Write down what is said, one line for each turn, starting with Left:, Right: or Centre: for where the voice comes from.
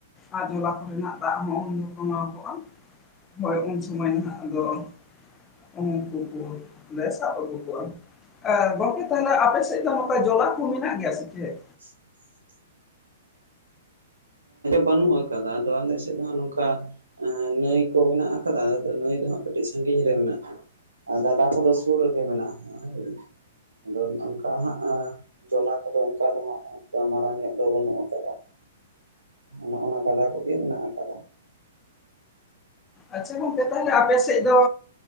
Left: ᱟᱨ ᱡᱚᱞᱟ ᱠᱚᱨᱮᱱᱟᱜ ᱫᱟᱜ ᱦᱚᱸ ᱩᱱ ᱫᱚ ᱥᱟᱵᱟᱶ ᱠᱚᱜᱼᱟ ᱦᱳᱭ ᱩᱱ ᱥᱚᱢᱚᱭ ᱱᱟᱜ ᱟᱫᱚ ᱩᱝᱠᱩ ᱥᱟᱜ <inaudible> ᱮ ᱜᱚᱝᱠᱮ ᱛᱟᱦᱚᱞᱮ ᱟᱯᱮ ᱥᱮᱫ ᱫᱚ ᱱᱚᱝᱠᱟ ᱡᱚᱞᱟ ᱠᱚ ᱢᱮᱱᱟᱜ ᱜᱮᱭᱟ ᱥᱮ ᱪᱮᱫ
Right: <inaudible> ᱵᱟᱹᱱᱩᱜ ᱟᱠᱟᱫᱟ ᱟᱫᱚ ᱟᱞᱮ ᱥᱮᱫ ᱦᱚᱸ ᱱᱚᱝᱠᱟ ᱱᱟᱹᱭ ᱠᱚ ᱢᱮᱱᱟᱜ ᱟᱠᱟᱫᱟ ᱟᱫᱚ ᱱᱟᱹᱭ ᱫᱚᱦᱟᱸᱜ ᱠᱟᱹᱴᱤᱡ ᱥᱟᱺᱜᱤᱧ ᱨᱮ ᱢᱮᱱᱟᱜ ᱜᱟᱰᱟ ᱠᱚᱫᱚ ᱥᱩᱨ ᱨᱮᱜᱮ ᱢᱮᱱᱟᱜᱼᱟ ᱦᱮᱸ ᱟᱫᱚ ᱱᱚᱝᱠᱟ ᱦᱟᱸᱜ ᱡᱚᱞᱟ ᱠᱚᱫᱚ ᱚᱱᱠᱟ ᱫᱚ ᱦᱟᱜ ᱢᱟᱨᱟᱝ ᱧᱚᱜ ᱫᱚ ᱵᱟᱹᱱᱩᱜ ᱟᱠᱟᱫᱟ ᱱᱚᱜᱼ ᱱᱟ ᱜᱟᱰᱟ ᱠᱚᱜᱮ ᱢᱮᱱᱟᱜ ᱟᱠᱟᱫᱟ
Left: ᱟᱪᱪᱷᱟ ᱜᱚᱝᱠᱮ ᱛᱟᱦᱚᱞᱮ ᱟᱯᱮ ᱥᱮᱫ ᱫᱚ